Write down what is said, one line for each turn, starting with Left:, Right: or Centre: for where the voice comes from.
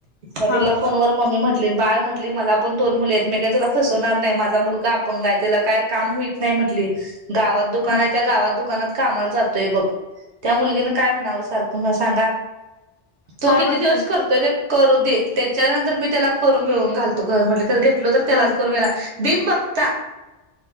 Right: मग
Left: हा
Right: तिला फोन ववर मम्मी म्हटली बाळ म्हटली. म्हट मला पण दोन मुली आहेत मी काही तुला फसवणार नाही माझा मुलगा अपणंग आहे त्याला काय काम होईत नाही म्हटली. गावात दुकान
Left: हा
Right: आहे त्या गावात द दुकानात कामाला जातोय बघ त्या मुलगीने काय म्हणावं सारखं म सांगा तो
Left: काय
Right: किती
Left: म्हणतो
Right: दिवस करतोय ते करू दे त्याच्यानंतर मी त्याला करून मिळून घालतो घर म्हटलं तर घेत त्यालाच
Left: हा
Right: करून घे भि बक्ता